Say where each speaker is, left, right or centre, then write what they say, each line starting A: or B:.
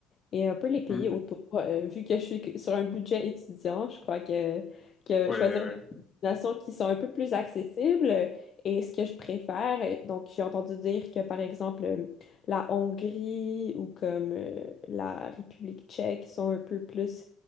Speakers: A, on the left (about 40°); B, on the left (about 25°).
A: Et un peu les pays
B: Hmm.
A: autour. Euh, vu que je suis que- sur un budget étudiant, je crois que, que
B: Ouais,
A: choisir
B: ouais,
A: des destinations qui sont un peu plus accessibles euh, est ce que je préfère. Euh, Donc, j'ai entendu dire que, par exemple, euh, la Hongrie ou comme euh, la République tchèque sont un peu plus,